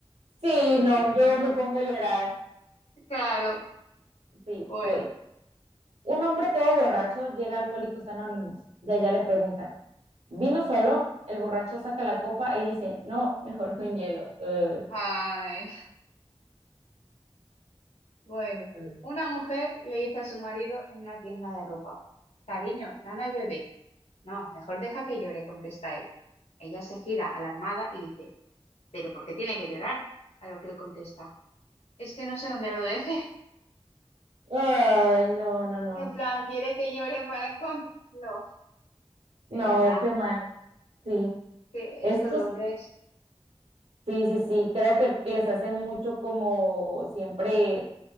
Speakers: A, on the right; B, on the left.
A: Sí,
B: Madre mía.
A: no, yo
B: <laughs>
A: me pongo a llorar.
B: Claro.
A: Sí,
B: Bueno.
A: voy. Un hombre todo borracho llega a Alcohólicos Anónimos y allá le preguntan, ¿vino solo? El borracho saca la copa y dice, no, mejor con hielo. Eh,
B: Ay, bueno.
A: eh.
B: Una mujer le dice a su marido en una tienda de ropa, cariño, dame al bebé. No, mejor deja que llore, contesta él. Ella se gira alarmada y dice, ¿pero por qué tiene que llorar? A lo que él contesta, es que no sé dónde lo deje. <laughs>
A: Ay, no, no, no.
B: En plan, quiere que llore para encontrarlo.
A: No,
B: De verdad,
A: qué mal. Sí,
B: que
A: estos,
B: estos hombres,
A: sí, sí, sí, creo que les hacen mucho como siempre